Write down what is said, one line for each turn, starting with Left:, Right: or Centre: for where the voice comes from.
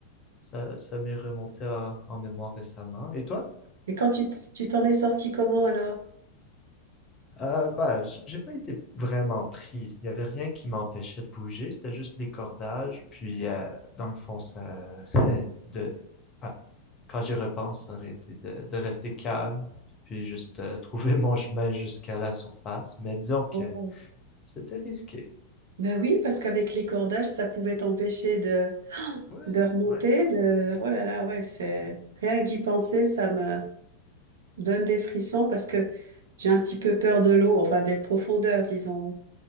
Left: ça, ça m'est remonté à- en mémoire récemment. Et toi?
Right: et quand tu t- tu t'en es sorti comment alors?
Left: Euh, bah, j- j'ai pas été vraiment pris. Il y avait rien qui m'empêchait de bouger. C'était juste les cordages. Puis, euh, dans le fond, ça, <laughs> de, bah, quand j'y repense, ça aurait été de, de rester calme. Puis juste euh, trouver mon chemin jusqu'à la surface. Mais disons que
Right: Oh.
Left: c'était risqué.
Right: Ben oui, parce qu'avec les cordages, ça pouvait t'empêcher de,
Left: Ouais,
Right: de remonter,
Left: ouais.
Right: de... Oh là là, ouais, c'est... Rien que d'y penser, ça me donne des frissons parce que j'ai un petit peu peur de l'eau, enfin des profondeurs, disons.